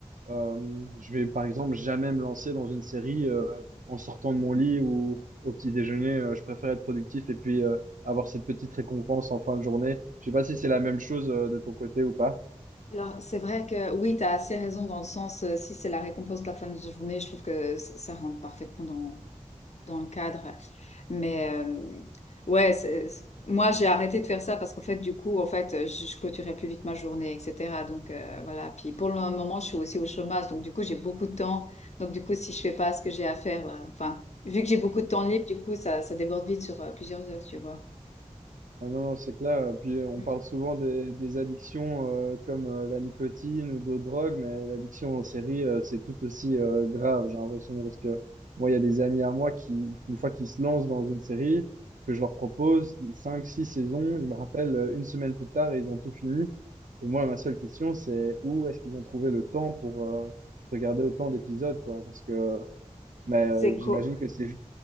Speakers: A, on the right; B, on the left.
A: Euh, je vais, par exemple, jamais me lancer dans une série euh, en sortant de mon lit ou au petit déjeuner. Euh, je préfère être productif et puis euh, avoir cette petite récompense en fin de journée. Je sais pas si c'est la même chose euh, de ton côté ou pas.
B: Alors, c'est vrai que oui, tu as assez raison dans le sens, euh, si c'est la récompense de la fin de journée, je trouve que c- ça rentre parfaitement dans, dans le cadre. Mais euh, ouais, c'est- c'est- moi, j'ai arrêté de faire ça parce qu'en fait, du coup, en fait, euh, je, je clôturais plus vite ma journée, etc. Donc, euh, voilà. Puis pour le moment, je suis aussi au chômage. Donc, du coup, j'ai beaucoup de temps. Donc, du coup, si je fais pas ce que j'ai à faire, euh, enfin, vu que j'ai beaucoup de temps libre, du coup, ça, ça déborde vite sur euh, plusieurs heures, tu vois.
A: Ah non, non, c'est clair. Puis euh, on
B: Mm.
A: parle souvent des, des addictions euh, comme euh, la nicotine ou d'autres drogues, mais l'addiction aux séries, euh, c'est tout aussi euh, grave, j'ai l'impression, parce que moi, il y a des amis à moi qui, qui, une fois qu'ils se lancent dans une série, que je leur propose 5 6 saisons, ils me rappellent euh, une semaine plus tard et ils ont tout fini. Et moi, ma seule question, c'est où est-ce qu'ils ont trouvé le temps pour euh, regarder autant d'épisodes, quoi, parce que mais euh,
B: C'est
A: j'imagine
B: cool.
A: que c'est